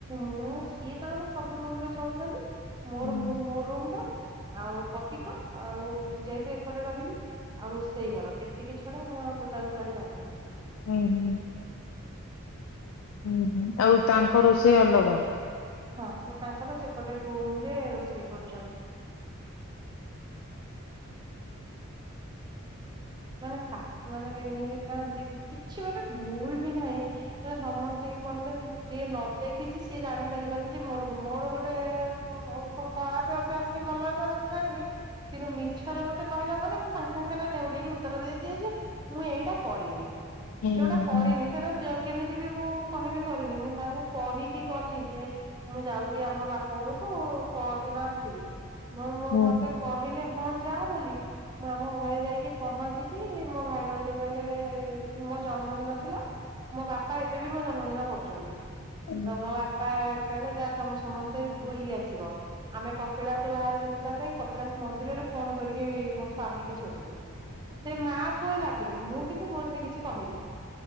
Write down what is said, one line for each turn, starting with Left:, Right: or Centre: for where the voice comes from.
Right: ମୁଁ ସିଏ ତାଙ୍କର ସବୁ ରୁମରେ ଚଳୁଛନ୍ତି। ମୋର
Left: ହୁଁ
Right: ମୁଁ ମୋ ରୁମ୍ ର। ଆଉ ପଟିକ ଆଉ ଯେହେତୁ ଏପଟେ ରହିଲି ଆଉ ରୋଷେଇ ଘର ଏତେ କିଛି। ଛଡ ମୁଁ ଆଉ ଟୋଟାଲ କୁଆଡେ ଯିବିନି।
Left: ହୁଁ ହୁଁ। ହୁଁ ହୁଁ ଆଉ ତାଙ୍କ ରୋଷେଇ ଅଲଗା?
Right: ହଁ ସେ ତାଙ୍କର ସେପଟେ ରୁମ ରେ ରୋଷେଇ କରୁଛନ୍ତି। ମାନେ ଶାଶୁ ମାନେ ବି ଏମିତି ଥାନ୍ତି କିଛି ମାନେ ଭୁଲ ବି ନାହିଁ। କ ସମସ୍ତେ କହିଲେ ଯିଏ ନ ଦେଖିଚି ସିଏ ଜାଣିପାରିବନି ଯେ ମୋର ମୋର ଗୋଟେ ହ ହଉ ତ ଖରାପ ଅଭ୍ୟାସ କି ଭଲ ଅଭ୍ୟାସ ମୁଁ ଜାଣିନି କିନ୍ତୁ ମିଛରେ ମତେ କହିଲା ମାନେ ମୁଁ ସାଙ୍ଗେ ସାଙ୍ଗେ ସେଟା ନେଉଡେଇକି ଉତ୍ତର ଦେଇଦିଏ ଯେ ମୁଁ ଏଇଟା କରିନି।
Left: ହୁଁ
Right: ଯୋଉଟା କରିନି
Left: ହୁଁ
Right: ସେଟା କେମିତି ବି ମୁଁ କହିବି କରିନି ମୁଁ ତାଙ୍କୁ କହିି କି ଗଲି ଯେ ମୁଁ ଯାଉଚି ଆମ ବାପ ଘରକୁ ପରଦିନ ଆସିବି, ମୁ ମୁଁ
Left: ହୁଁ
Right: ମତେ କହିଲେ ହଁ ଯା ବୋଲି ମୁଁ ଆମ ଘରେ ଯାଇକି ପହଞ୍ଚିଚି ମୋ ଭାଇ ଭାଉଜ କହିଲେ ମୋ ଜନ୍ମ ଦିନ ଥିଲା, ମୋ ବାପା ବାପା ଏବେ ବି ମୋ ଜନ୍ମଦିନ କରୁଚନ୍ତି,
Left: ହୁଁ
Right: ତ ମୋ ବାପା <unintelligible> କହିଲା ଯାହା ତମେ ସମସ୍ତେ ବୁଲି ଆସିବ, ଆମେ କପିଳା ବା ଯିବା ପାଇଁ କପିଳାସ ମନ୍ଦିରରେ ଫୋନ କରିକି ମୋ ସ୍ଵାମୀ କି ଶୋଧିଲେ। ସେ ମା ପୁଅ ଲାଗିଲେ, ମୁଁ କିନ୍ତୁ କୋଉଥିରେ କିଛି କହିହନି